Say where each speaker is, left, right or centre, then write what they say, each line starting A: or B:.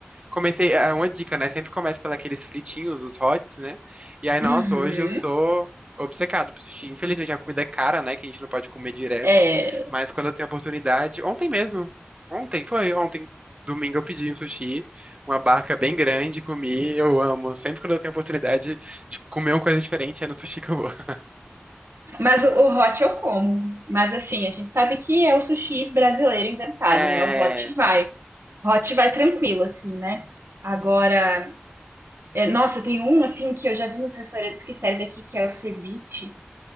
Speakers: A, on the right; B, on the right.
A: Comecei, é uma dica, né? Sempre começa pelos fritinhos, os hots, né? E aí, nossa,
B: Uhum.
A: hoje eu sou obcecado por sushi. Infelizmente, a comida é cara, né? Que a gente não pode comer direto.
B: É,
A: Mas quando eu tenho oportunidade, ontem mesmo, ontem foi, ontem, domingo eu pedi um sushi, uma barca bem grande, comi, eu amo. Sempre quando eu tenho oportunidade de comer uma coisa diferente, é no sushi que eu vou. <laughs>
B: mas o, o hot eu como, mas assim, a gente sabe que é o sushi brasileiro inventado,
A: É,
B: né? O hot vai. hot vai tranquilo, assim, né? Agora, é, nossa, tem um assim que eu já vi nos restaurantes que serve aqui, que é o ceviche.